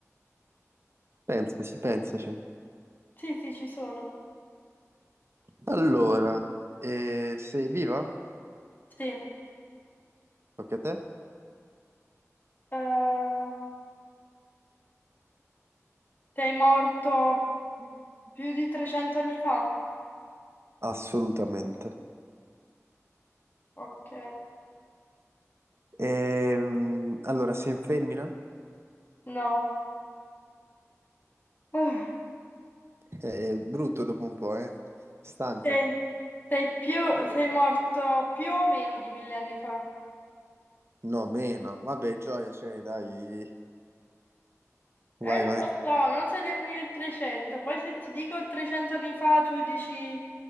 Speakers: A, on the right; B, on the left.
A: Pensaci, pensaci.
B: Sì, sì, ci sono.
A: Allora, eh, sei viva?
B: Sì.
A: Tocca a te?
B: Ehm, Sei morto più di 300 anni fa?
A: Assolutamente.
B: Ok,
A: Ehm, allora, sei in femmina?
B: no. <sighs> Ah,
A: Eh, È brutto dopo un po', eh? Stanca?
B: Sei, sei più, sei morto più o meno di mille anni fa?
A: No, meno. Vabbè, gioia, cioè, dai.
B: Eh,
A: Vai,
B: non
A: vai.
B: lo so, non sei del 1300. Poi se ti dico 300 anni fa, tu dici...